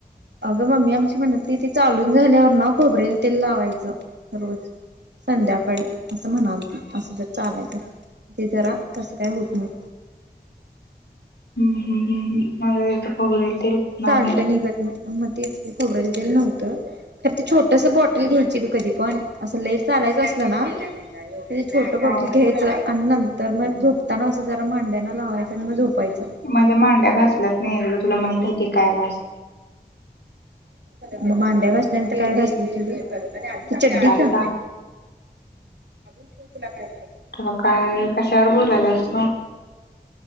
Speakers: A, on the right; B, on the left.
A: अगं मम्मी आमची म्हणाल ती तिथे चालून झाल्यावर ना खोबरेल तेल लावायचं. रोज संध्याकाळी असं म्हणाल ती असं जर चालायच. ते जरा तसं काय होत नाही.
B: हम् हम् हम् हम् मझथ पोगळील तर पुणार
A: साल्ट
B: नाही <unintelligible>
A: निघत मग तेच की खोबरेल तेल नव्हतं. खरं ते छोटस बॉटल घ्यायची ग कधी पण असं लेय चालायचं असलं ना ते छोट बॉटल
B: हो
A: घ्यायचं आणि न तर मग झोपताना असं जरा मांड्यांना लावायचं आणि मग झोपायचं
B: माझ्या मांड्या घासलाच नाही तुला माहित आहे की काय घास
A: मग मांड्या घासल्याने तर काय घासली त मला काढून
B: काय सांग
A: ठेव तुला काय पाहिजे?
B: ते ब काय कशावर बोलायललीस